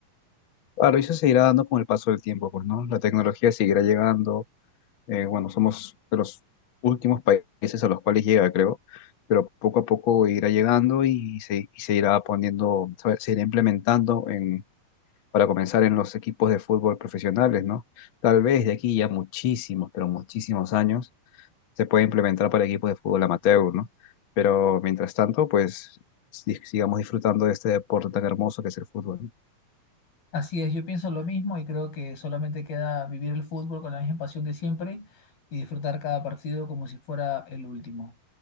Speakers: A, on the left (about 60°); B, on the left (about 90°).
A: Claro, y eso se irá dando con el paso del tiempo, pues, ¿no? La tecnología seguirá llegando, Eh, bueno, somos de los últimos países a los cuales llega, creo, pero poco a poco irá llegando y se, y se irá poniendo, se se irá implementando en, para comenzar en los equipos de fútbol profesionales, ¿no? Tal vez de aquí ya muchísimos, pero muchísimos años se puede implementar para equipos de fútbol amateur, ¿no? Pero mientras tanto, pues sig- sigamos disfrutando de este deporte tan hermoso que es el fútbol.
B: Así es, yo pienso lo mismo y creo que solamente queda vivir el fútbol con la misma pasión de siempre y disfrutar cada partido como si fuera el último.